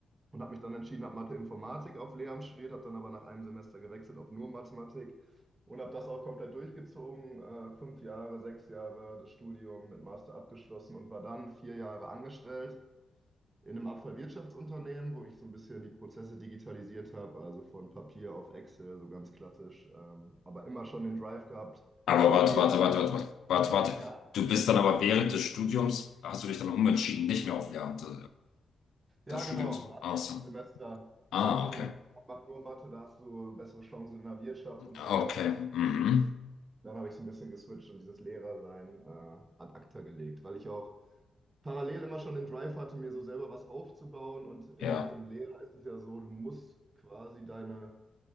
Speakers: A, on the right; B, on the left.
A: und habe mich dann entschieden, habe Mathe-Informatik auf Lehramt studiert, habe dann aber nach einem Semester gewechselt auf nur Mathematik. Und habe das auch komplett durchgezogen, äh, fünf Jahre, sechs Jahre das Studium mit Master abgeschlossen und war dann vier Jahre angestellt in einem Abfallwirtschaftsunternehmen, wo ich so ein bisschen die Prozesse digitalisiert habe, also von Papier auf Excel, so ganz klassisch, ähm, aber immer schon den Drive gehabt.
B: Aber
A: Mir
B: warte,
A: nebenbei,
B: warte, warte, warte, warte, warte, warte.
A: ja,
B: Du bist dann aber während des Studiums, hast du dich dann umentschieden, nicht mehr auf Lehramt, äh,
A: ja
B: das Studium
A: genau,
B: zu machen?
A: nach
B: Ach
A: dem
B: so.
A: ersten Semester
B: Ah,
A: dachte
B: okay.
A: ich mir, mach nur Mathe, da hast du bessere Chancen in der Wirtschaft und sowas.
B: Okay. Mhm.
A: Dann habe ich so ein bisschen geswitcht und dieses Lehrersein äh, ad acta gelegt, weil ich auch parallel immer schon den Drive hatte, mir so selber was aufzubauen. Und im,
B: Ja.
A: im Lehrer ist es ja so, du musst quasi deine,